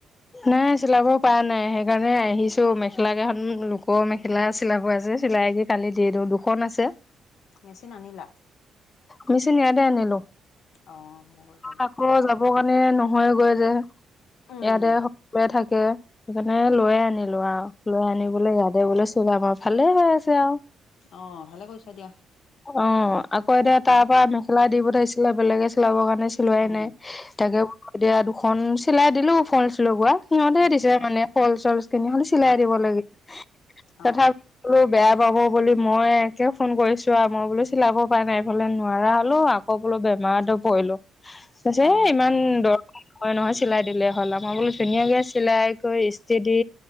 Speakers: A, on the left; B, on the left.
A: নাই চিলাব পৰা নাই। সেইকাৰণে আহিছো, মেখেলা কেইখন লোকৰ মেখেলা চিলাব আছে। চিলাই কি কালি দি দিওঁ, দুখন আছে।
B: মেচিন আনিলা?
A: মেচিন ইয়াতে আনিলো।
B: অ ভালে কৰিছা দিয়া।
A: আকৌ যাব কাৰণে, মানে নহয়গৈ যে ইয়াতে
B: উম
A: সকলোৱে থাকে। সেইকাৰণে লৈয়ে আনিলো আৰু। লৈ আনি বোলে ইয়াতে বোলে <unintelligible> আমাৰ ভালে হৈ আছে আৰু।
B: অ' ভালে কৰিছা দিয়া।
A: অ আকৌ এতিয়া তাৰ পৰা মেখেলা দি পঠাইছিলে বেলেগে চিলাবৰ কাৰণে, চিলোৱাই
B: উম।
A: নাই। তাকে এতিয়া দুখন চিলাই দিলো ফলচ লগোৱা। সিহঁতে
B: উম।
A: দিছে মানে ফল-চলচ কিনি <unintelligible> চিলাই দিব
B: অ
A: লাগে। তথাপি
B: অ
A: বেয়া পাব বুলি মই একে ফোন কৰিছোঁ আৰু। মই বোলো চিলাব উপাই নাই এইফালে নোৱাৰা হলো, আকৌ বোলো বেমাৰটো পৰিলো। কৈছে
B: অ
A: ইমান দৰ হয় নহয় চিলাই দিলে হ'ল। মই বোলো ধুনীয়াকে চিলাই কৰি ইস্তি দি